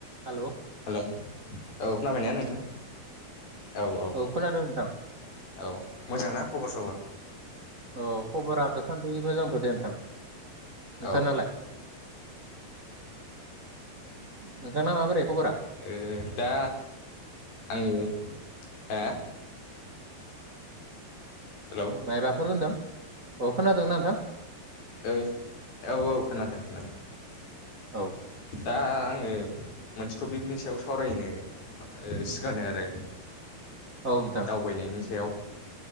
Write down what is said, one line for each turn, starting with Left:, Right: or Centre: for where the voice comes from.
Right: Hello
Left: hello औ खोनाबायना नोंथां औ औ
Right: खोनादों नोंथां
Left: औ मोजां ना खबर सबर।
Right: औ खबरा दासान्दि मोजांथ' दे नोंथां नोंथांनालाय।
Left: औ
Right: नोंथांना माबोरै खबरा
Left: ओ दा आङो हा हेलौ
Right: मायबाफोर होनदों। औ खोनादोंना नोंथां।
Left: ओ औ औ खोनादों खोनादो।
Right: औ।
Left: दा आङो मोनसे टपिकनि सायाव सावरायनो सिगांदो आरो।
Right: औ नोंथां
Left: दावबायनायनि सायाव।